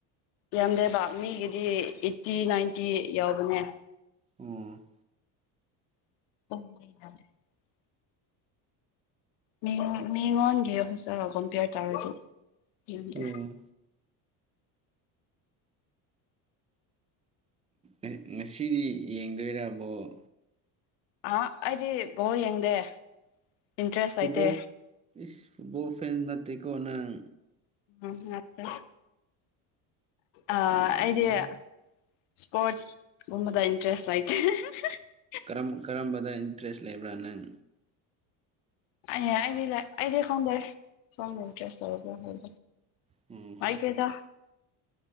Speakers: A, on the left; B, on the right.
A: ꯌꯥꯝꯗꯦꯕ ꯃꯤꯒꯤꯗꯤ ꯑꯩꯠꯇꯤ ꯅꯥꯏꯟꯇꯤ ꯌꯧꯕꯅꯦ
B: ꯎꯝ
A: <unintelligible> ꯃꯤꯉꯣꯟ ꯃꯤꯉꯣꯟꯒꯤ ꯍꯣꯁꯇꯦꯜꯒ ꯀꯣꯝꯄꯤꯌ꯭ꯔ ꯇꯧꯔꯗꯤ ꯌꯥꯝꯗꯦ
B: ꯑꯣ ꯎꯝꯑꯦ ꯉꯁꯤꯗꯤ ꯌꯦꯡꯗꯨꯏꯔ ꯕꯣꯜ
A: ꯑꯥ ꯑꯩꯗꯤ ꯕꯣꯜ ꯌꯦꯡꯗꯦ ꯏꯟꯇꯔꯦꯁ
B: ꯐꯨꯠꯕꯣꯜ
A: ꯂꯩꯇꯦ
B: ꯏꯁ ꯐꯨꯠꯕꯣꯜ ꯐꯦꯟꯁ ꯅꯠꯇꯦꯀꯣꯪꯅꯪ
A: ꯎꯝ ꯅꯠꯇꯦ ꯑꯥ
B: ꯌꯥꯔꯦꯍꯦ
A: ꯑꯩꯗꯤ ꯏꯁꯄꯣꯔꯠꯁ ꯒꯨꯝꯕꯗ ꯏꯟꯇ꯭ꯔꯦꯁ ꯂꯩ <unintelligible>
B: ꯀꯔꯝ ꯀꯔꯝꯕꯗ ꯏꯟꯇ꯭ꯔꯦꯁ ꯂꯩꯕ꯭ꯔꯥ ꯅꯪ
A: <unintelligible> ꯑꯩꯗꯤ ꯈꯪꯗꯦ <unintelligible>
B: ꯎꯝ
A: ꯄꯥꯏꯗꯦꯗ